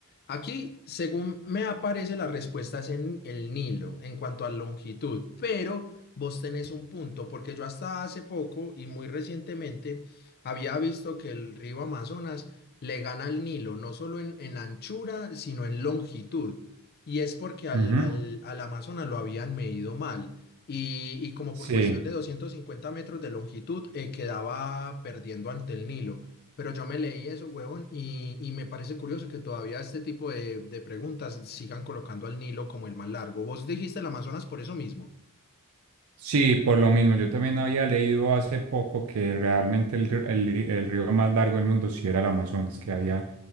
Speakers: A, on the left; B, on the right.
A: aquí según me aparece las respuestas en el Nilo en cuanto a longitud, pero vos tenés un punto porque yo hasta hace poco y muy recientemente había visto que el río Amazonas le gana al Nilo, no solo en, en anchura, sino en longitud. Y es porque al,
B: Ujú.
A: al, al Amazonas lo habían medido mal. Y, y como
B: Sí,
A: por cuestión de 250 metros de longitud, eh, quedaba perdiendo ante el Nilo. Pero yo me leí eso, huevón, y, y me parece curioso que todavía este tipo de, de preguntas sigan colocando al Nilo como el más largo. Vos dijiste el Amazonas por eso mismo,
B: sí, por lo mismo. Yo también había leído hace poco que realmente el, ri- el ri- el río más largo del mundo sí era el Amazonas, que había